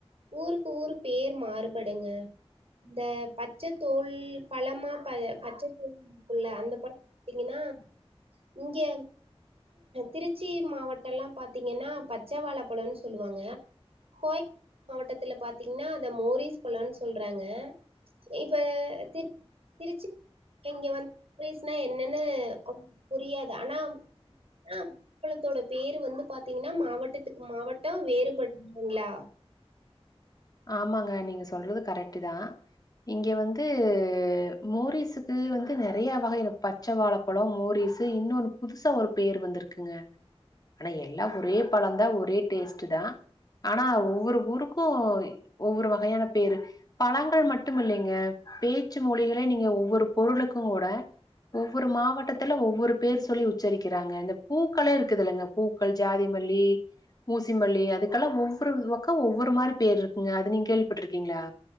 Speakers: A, on the right; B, on the left.
A: ஊருக்கு ஊரு பேர் மாறுபடுங்க இந்த பச்ச தோல் பழமா ப பச்சத்தோல் இருக்குல்ல அந்த பழம் பாத்தீங்கன்னா இங்க திருச்சி மாவட் டல்லா பாத்தீங்கன்னா பச்ச வாழை பழம்னு சொல்லுவாங்க கோயம்புத்தூர் மாவட்டத்துல பாத்தீங்கன்னா அத மோரிஸ் பழம்ன்னு சொல்றாங்க இப்ப திரு திருச்சி இங்க வந்து மோரிஸ்னா என்னன்னு அவுங்களுக்கு புரியாது ஆனா ஆ பழத்தோட பேரு வந்து பாத்தீங்கன்னா மாவட்டத்துக்கு மாவட்டோ வேறுபடுது இல்லைங்களா
B: ஆமாங்க நீங்க சொல்றது கரெக்ட்டு தா இங்க வந்து மோரிஸ்ஸுக்கு வந்து நெறைய வகை இருக்கு பச்ச வாழப் பழோ மோரிஸ்ஸு இன்னொன்னு புதுசா ஒரு பேர் வந்துருக்குங்க ஆனா எல்லா ஒரே பழந்தா ஒரே டேஸ்ட் தா ஆனா ஒவ்வொரு ஊருக்கு ஒவ்வொரு வகையான பேரு பழங்கள் மட்டும் இல்லங்க பேச்சு மொழிகளே நீங்க ஒவ்வொரு பொருளுக்கு கூட ஒவ்வொரு மாவட்டத்துல ஒவ்வொரு பேர் சொல்லி உச்சரிக்கிறாங்க இந்த பூக்களே இருக்குதுல்லங்க பூக்கள் ஜாதிமல்லி ஊசி மல்லி அதுக்கெல்லா ஒவ்வொரு வக்கோ ஒவ்வொரு மாரி பேர் இருக் குங்க அது நீங்க கேள்விப்பட்ருக்கீங்களா